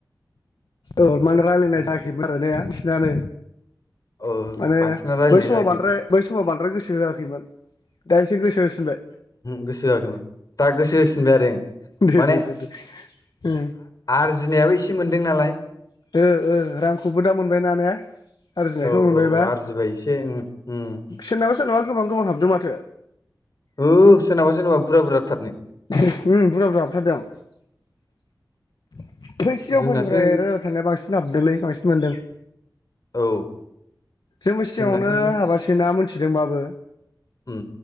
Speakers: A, on the left; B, on the left.
A: औ माने राय्लायनाय
B: उम
A: जायाखैमोन आरो नेा बिसोरनानो
B: औ
A: माने
B: बांसिना रायलायनाय
A: बै समाव
B: जायाखै
A: बांद्राय बै समाव बांद्राय गोसो होआखैमोन दा एसे गोसो होसिनबाय
B: गोसो होसिनबाय आरो
A: दे दे दे दे ओ
B: आरजिनायाबो एसे मोनदों नालाय
A: ओ रांखौबो दा मोनबायना ने आरजिनायखौ
B: औ
A: मोनबायबा
B: औ आरजिबाय एसे उम उम
A: सोरनाबा सोरनाबा गोबां गोबां हाबदों माथो
B: औ सोरनाबा सोरनाबा बुर्जा बुर्जा थारनो
A: औ बुरजा बुरजाा हाबथार दों बै सिगांफोरनिफ्राय
B: जोंनासो
A: रायज्लाय थानाया बांसिन हाबदोंलै बांसिन मोनदों
B: औ
A: जोंबो सिगाङावनो
B: जोंनासो एसे
A: हाबासै ना मोनथिदोंबाबो
B: उम